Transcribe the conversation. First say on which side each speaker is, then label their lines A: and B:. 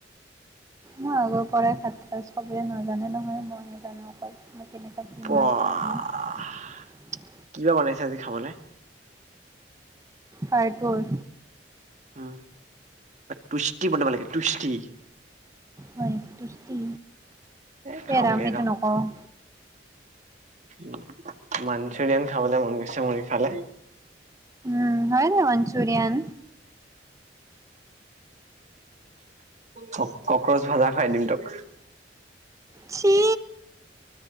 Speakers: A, on the right; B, on the right.
A: মই আগৰ পৰাই খাতৰা চবে নাজানে নহয় মইহে জানো অকল। কেনেকুৱা বেমাৰিটো
B: বাহ
A: মই।
B: কিবা বনাইছে আজি খাবলে।
A: ফাইপুৰ।
B: উম টুষ্টি বনাব লাগে টুষ্টি।
A: হয় তুষ্টি।
B: এ
A: সেইৰা
B: খাওঁগে
A: আমি এইটো
B: ৰ
A: নকওঁ।
B: মাঞ্চুৰিয়ান খাবলে মন গৈছে মোৰ ইফালে।
A: উম হয় দে মাঞ্চুৰিয়ন।
B: ক' কক্ৰচ ভাজা খাই দিম তোক।
A: চি